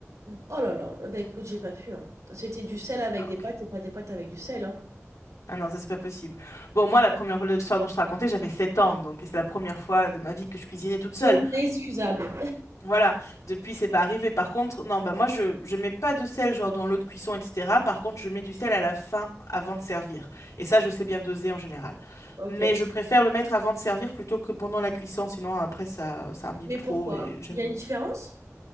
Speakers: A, on the right (about 90°); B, on the left (about 85°).
A: Oh, oh là là, bah écoute, j'ai pas pu. hein. C'était du sel avec
B: Ah,
A: des
B: ok.
A: pâtes et pas des pâtes avec du sel. hein.
B: ah non, ça, c'est pas possible. Bon, moi, la première fois, l'histoire dont je te racontais, j'avais 7 ans, donc et c'est la première fois de ma vie que je cuisinais toute seule.
A: Donc, excusable.
B: Voilà, depuis c'est pas arrivé. Par contre, non, bah moi je je mets pas de sel genre dans l'eau de cuisson, etc. Par contre, je mets du sel à la fin avant de servir. Et ça, je sais bien doser en général.
A: Ok.
B: Mais je préfère le mettre avant de servir plutôt que pendant la cuisson, sinon après ça ça imbibe
A: Mais
B: trop
A: pourquoi?
B: et j'aime
A: Il y a une
B: moins.
A: différence?